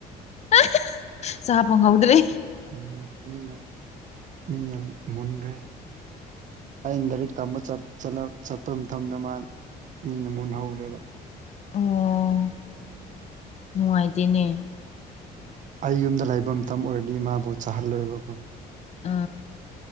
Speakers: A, on the left (about 40°); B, on the right (about 50°).
A: <unintelligible> ꯆꯥ ꯐꯪꯍꯧꯗ꯭ꯔꯦ
B: ꯎꯝ ꯃꯤꯅ ꯃꯤꯅ ꯃꯨꯟꯒ꯭ꯔꯦ ꯑꯩꯅ ꯂꯥꯏꯔꯤꯛ ꯇꯝꯕ ꯆꯠ ꯆꯂꯛ ꯆꯠꯄ ꯃꯇꯝꯗ ꯃꯥ ꯃꯤꯅ ꯃꯨꯟꯍꯧꯔꯦꯕ
A: ꯑꯣ ꯅꯨꯡꯉꯥꯏꯇꯦꯅꯦ
B: ꯑꯩ ꯌꯨꯝꯗ ꯂꯩꯕ ꯃꯇꯝ ꯑꯣꯏꯔꯗꯤ ꯃꯥꯕꯨ ꯆꯥꯍꯜꯂꯣꯏꯕꯀꯣ
A: ꯑ